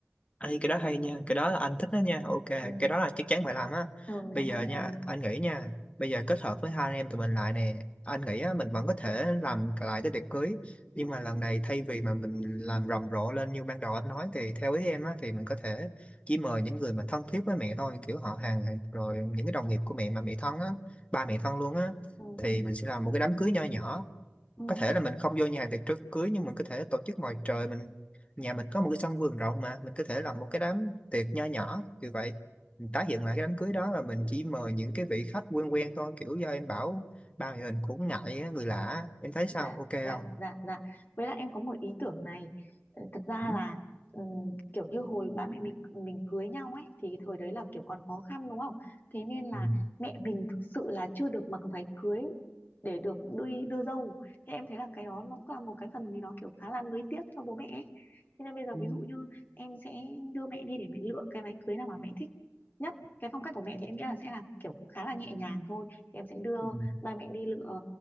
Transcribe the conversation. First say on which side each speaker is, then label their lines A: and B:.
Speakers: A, on the left (about 25°); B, on the left (about 40°).
A: Ê, cái đó hay nha, cái đó là anh thích đó nha, ok,
B: ừ,
A: cái đó là chắc chắn phải làm á.
B: ừ
A: Bây
B: chắc
A: giờ
B: chắn phải
A: nha,
B: làm
A: anh nghĩ nha, bây giờ kết hợp với hai anh em tụi mình lại nè, anh nghĩ á, mình vẫn có thể làm lại cái tiệc cưới, nhưng mà lần này thay vì mà mình làm rầm rộ lên như ban đầu anh nói thì theo ý em á, thì mình có thể chỉ mời những người mà thân thiết với mẹ thôi, kiểu họ hàng hàng- rồi những cái đồng nghiệp của mẹ mà mẹ thân á, ba mẹ thân luôn á,
B: ừ,
A: thì mình sẽ làm một cái đám cưới nho nhỏ
B: ừ.
A: có thể là mình không vô nhà hàng tiệc trước cưới nhưng mình có thể tổ chức ngoài trời mình nhà mình có một cái sân vườn rộng mà mình có thể làm một cái đám tiệc nho nhỏ như vậy mình tái hiện lại cái đám cưới đó là mình chỉ mời những cái vị khách quen quen thôi kiểu do em bảo ba người mình cũng ngại á, người lạ á. em thấy sao
B: dạ
A: ok không
B: dạ dạ dạ với lại em có một ý tưởng này Ờ, thật ra
A: ừ?
B: là ừm, kiểu như hồi ba mẹ mình mình cưới nhau ấy thì thời đấy là kiểu còn khó khăn đúng không thế nên là
A: Ừ.
B: mẹ mình thực sự là chưa được mặc váy cưới để được đi đưa dâu thế em thấy là cái đó nó cũng là một cái phần gì đó kiểu khá là nuối tiếc cho bố mẹ ấy. thế nên bây giờ
A: Ừ.
B: ví dụ như em sẽ đưa mẹ đi để mẹ lựa cái váy cưới nào mà mẹ thích nhất cái phong cách của mẹ thì em nghĩ là sẽ là kiểu khá là nhẹ nhàng thôi thì em sẽ đưa
A: Ừ.
B: ba mẹ đi lựa ờ,